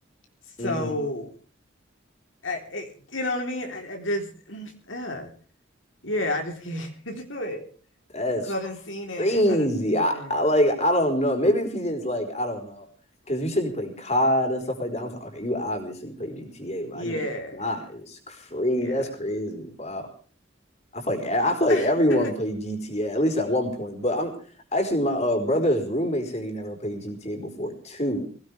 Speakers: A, on the left; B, on the left.
A: So,
B: Mhm.
A: I, it, you know what I mean? I, I just, <sniffs> <clears throat> yeah. Yeah, I just can't <laughs> do it.
B: That's
A: Cause I didn't seen it.
B: crazy.
A: I didn't seen
B: I,
A: it.
B: I like I don't know. Maybe if you didn't like I don't know. Cause you said you played COD and stuff like that. I'm like, okay, you obviously play GTA, but
A: Yeah.
B: I guess not. It's crazy.
A: Yeah.
B: That's crazy. Wow. I feel like e- I feel like
A: <laughs>
B: everyone played GTA, at least at one point. But I'm actually my uh, brother's roommate said he never played GTA before too.